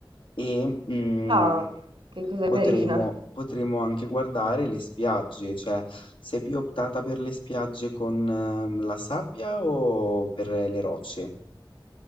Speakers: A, on the left; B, on the right.
A: e, mhmm
B: Ah, che cosa
A: Potremo,
B: carina.
A: potremo anche guardare le spiagge, cioè sei più optata per le spiagge con ehm, la sabbia o per le rocce?